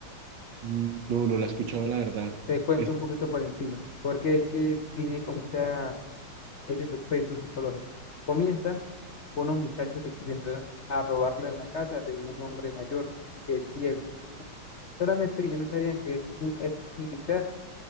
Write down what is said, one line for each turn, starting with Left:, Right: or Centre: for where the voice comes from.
Right: Mm, No, no la he escuchado la verdad.
Left: Te cuento
Right: Es-
Left: un poquito por encima, porque es que tiene como que esa ese suspenso psicológico. Comienza con unos muchachos que quieren entrar a robarle en la casa de un hombre mayor que es ciego. Solamente que ellos no sabían que es un ex militar,